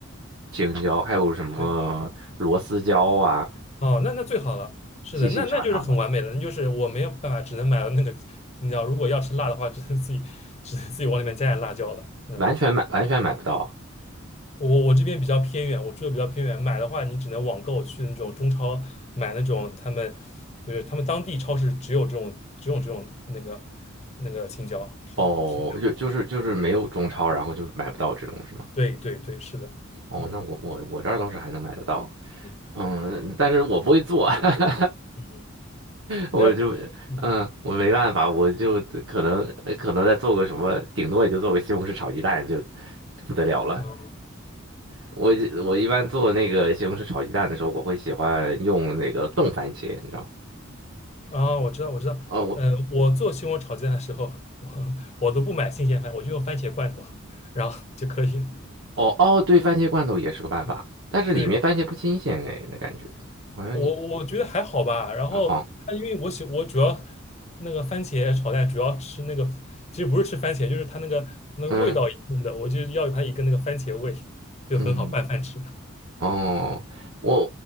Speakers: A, on the right (about 65°); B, on the left (about 30°).
A: 青椒，还有什么螺丝椒啊，
B: 对，哦，那那最好了，是的，
A: 细细长长的，
B: 那那就是很完美了，那就是我没有办法，只能买到那个青椒，如果要吃辣的话，只能自己只能自己往里面加点辣椒了，嗯。
A: 完全买完全买不到。
B: 我我这边比较偏远，我住的比较偏远，买的话你只能网购去那种中超买那种他们就是他们当地超市只有这种只有这种那个那个青椒，是的，
A: 哦，
B: 甜椒，
A: 就就是就是没有中超，然后就买不到这种是吗？
B: 对对对，是的，
A: 哦，
B: 嗯
A: 那我我我这儿倒是还能买得到，
B: 嗯
A: 嗯，但是我不会做。<laughs>
B: 嗯，嗯
A: 我就嗯，
B: 但是嗯
A: 我没办法，我就可能呃可能再做个什么，顶多也就做个西红柿炒鸡蛋就不得了了。
B: 嗯
A: 我我一般做那个西红柿炒鸡蛋的时候，我会喜欢用那个冻番茄，你知道吗？
B: 啊，我知道我知道，
A: 哦，我
B: 呃，我做西红柿炒鸡蛋的时候，我我都不买新鲜番，我就用番茄罐头，然后就可以了，
A: 哦哦，对，番茄罐头也是个办法，
B: 嗯，
A: 但是里面番茄不新鲜哎，
B: 对。
A: 那感觉好像
B: 我我觉得还好吧。然后它因为我喜我主要
A: 还好，
B: 那个番茄炒蛋主要吃那个，其实不是吃番茄，就是它那个它那个味道一样的，
A: 嗯
B: 我就要它一个那个番茄味，就很好拌饭吃。
A: 嗯。哦，我